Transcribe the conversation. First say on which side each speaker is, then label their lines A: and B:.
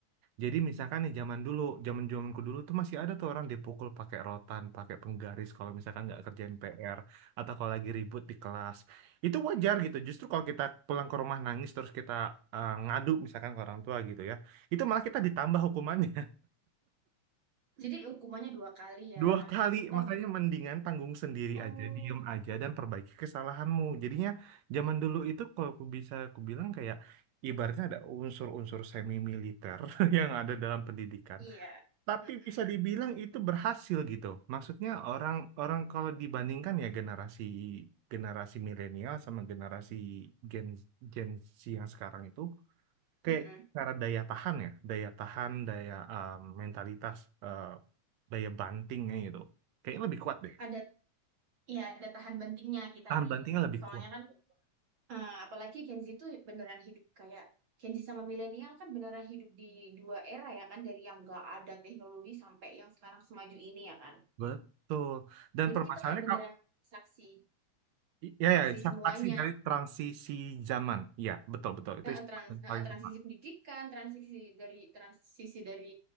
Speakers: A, on the right; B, on the right.
A: Jadi misalkan nih zaman dulu, zaman zamanku dulu tuh masih ada tuh orang dipukul pakai rotan, pakai penggaris kalau misalkan nggak kerjain PR atau kalau lagi ribut di kelas. Itu wajar gitu. Justru kalau kita pulang ke rumah nangis terus kita eh, ngadu misalkan ke orang tua gitu ya, itu malah kita ditambah hukumannya
B: Jadi hukumannya dua kali
A: <laughs>
B: ya.
A: dua kali.
B: Atau
A: Makanya mendingan tanggung sendiri
B: oh
A: aja, diem aja dan perbaiki kesalahanmu. Jadinya zaman dulu itu kalau aku bisa aku bilang kayak ibaratnya ada unsur-unsur semi militer <laughs> yang ada dalam pendidikan.
B: iya.
A: tapi
B: Mm-mm.
A: bisa dibilang itu berhasil gitu. Maksudnya orang orang kalau dibandingkan ya generasi generasi milenial sama generasi Gen Gen Z yang sekarang itu kayak
B: Mm-mm.
A: cara daya tahan ya, daya tahan, daya eh, mentalitas, eh, daya bantingnya gitu. Kayaknya lebih kuat deh.
B: Ada ya ada tahan bentingnya kita
A: Tahan
B: nih.
A: bantingnya lebih
B: Soalnya
A: kuat.
B: kan eh, apalagi Gen Z itu beneran hidup kayak Gen Z sama milenial kan beneran hidup di dua era ya kan dari yang gak ada teknologi sampai yang sekarang semaju ini ya kan.
A: Betul. Dan
B: Jadi
A: permasalahannya
B: kita kayak beneran
A: kalau
B: saksi
A: ya
B: saksi
A: ya
B: semuanya
A: saksi dari transisi zaman. ya betul betul. Itu
B: Nah,
A: istilah
B: trans,
A: yang
B: nah,
A: paling
B: transisi
A: tepat.
B: pendidikan, transisi dari transisi dari